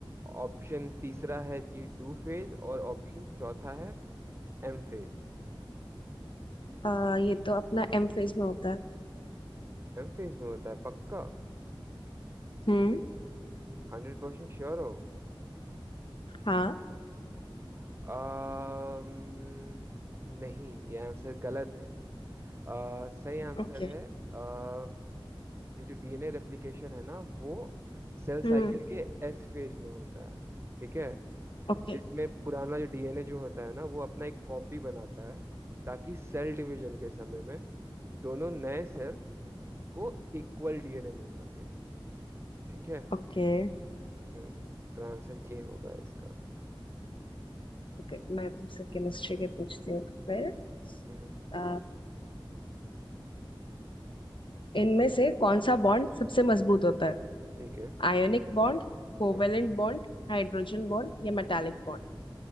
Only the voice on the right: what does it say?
ऑप्शन तीसरा है जी टू फेस और ऑप्शन चौथा है एम फेस
एम फेस में होता है पक्का
हंड्रेड परसेंट श्योर हो
अम्म, नहीं ये आंसर गलत है अ, सही आंसर
है आ, ये जो डीएनए रेप्लिकेशन है ना वो सेल
साइकिल के एस फेज में होता है ठीक है
जिसमें पुराना जो डीएनए जो होता है ना वो अपना एक कॉपी बनाता है ताकि सेल डिवीजन के समय में दोनों नए सेल को इक्वल डीएनए मिल सके ठीक है
हम्म तो आंसर ये होगा इसका
हम्म
ठीक है
हम्म